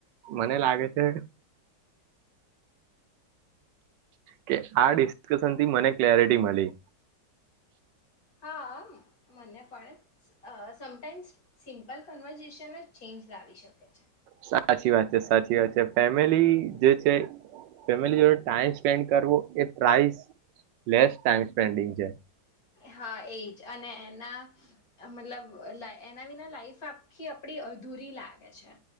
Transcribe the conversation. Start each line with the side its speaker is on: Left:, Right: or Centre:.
Right: મને લાગે છે. કે આ ડિસ્કશન થી મને ક્લેરિટી મલી.
Left: હા આમ મને પણ અ સમટાઈમ્સ સિમ્પલ કન્વર્ઝેશન જ ચેન્જ લાવી શકે છે.
Right: સાચી વાત છે સાચી વાત છે ફેમિલી જે છે ફેમલી જોડે ટાઈમ સ્પેન્ડ કરવો એ પ્રાઇસ લેસ ટાઈમ સ્પેન્ડિંગ છે.
Left: હા એ. જ અને એના મતલબ એલે એના વિના લાઈફ આખી આપડી અધૂરી લાગે છે.